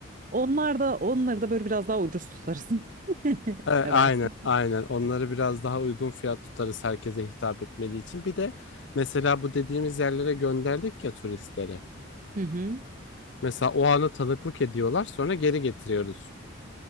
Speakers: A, on the right; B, on the left.
A: Onlar da onları da böyle biraz daha ucuz tutarız. <laughs>
B: E, aynen
A: Ne dersin?
B: aynen onları biraz daha uygun fiyat tutarız herkese hitap etmediği için. Bir de mesela bu dediğimiz yerlere gönderdik ya turistleri.
A: Hı hı.
B: Mesela o ana tanıklık ediyorlar sonra geri getiriyoruz.